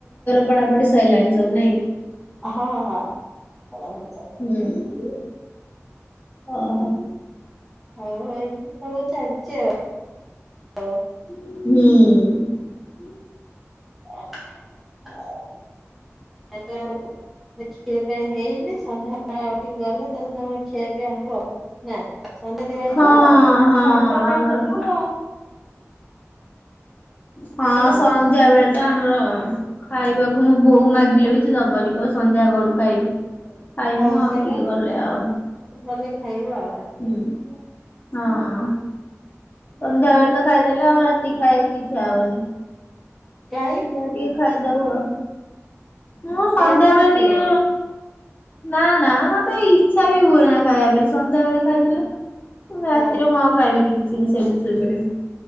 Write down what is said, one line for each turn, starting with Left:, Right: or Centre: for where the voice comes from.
Left: ପଢ଼ାପଢ଼ି ସଇଲାଣି ସବୁ ନାଇଁ କି?
Centre: ହଁ ହଁ। ପଢାପଢି ସଇଲାଣି
Left: ହୁଁ। ଅ ହ।
Centre: ହଉ ଏଇଠି ସବୁ ଚାଲିଚି ଆଉ ହଉ।
Left: ହୁଁ।
Centre: ଓଃ ଆଉ ଏବେ ଆଉ ଯେ ଖିଆ ପିଆ ହେଇନି ସନ୍ଧ୍ୟା ଆଉ ଟିକେ ଗଲେ ତାକୁ ତାପରେ ଖିଆ ପିଆ ହବ ଆଉ ନାଁ ସନ୍ଧ୍ୟା ଦିଆ ହେଇଥିବ
Left: ହଁ ହଁ
Centre: ସାନଟା
Left: ଆମର
Centre: ଖାଇ ନଥିବ।
Left: ହଁ
Centre: ଖାଇବ
Left: ସନ୍ଧ୍ୟା
Centre: ଆଉ
Left: ବେଳେ ତ ଆମର ଖାଇବାକୁ ମୁଁ ବୋଉକୁ ମାଗିଲେ ବି ସେ ଦବନି କହିବ ସନ୍ଧ୍ୟା ଗଡୁ। ଖାଇବୁ। ଖାଇମୁ
Centre: ହଁ
Left: ଆଉ
Centre: ସେଇବା
Left: ଟିକେ ଗଲେ ଆଉ
Centre: ଗଲେ ଖାଇବା ଆଉ।
Left: ହୁଁ। ହଁ ସନ୍ଧ୍ୟାବେଳେ ତ ଖାଇଦେଲେ ଆଉ ରାତିକି ଖାଇବାକୁ ଇ ଖିଆହବନି।
Centre: କାଇଁ
Left: ମୁ ବା ଟିକେ ଖାଇ ଦଉ ଆଉ। ମୁଁ ସନ୍ଧ୍ୟାବେଳେ
Centre: ଗ୍ୟାସ୍ ଆସିବେ
Left: ଟିକେ ନା ନା ମତେ ଇଚ୍ଛା ବି ହୁଏ ନା ଖାଇବା ପାଇଁ ସନ୍ଧ୍ୟାବେଳେ ଖାଇଦେଲେ। ରାତିରେ
Centre: ହଁ
Left: ମୁଁ ଆଉ ଖାଇବିନି କି ସେମତୀ ଶୋଇ ପଡ଼ିବି।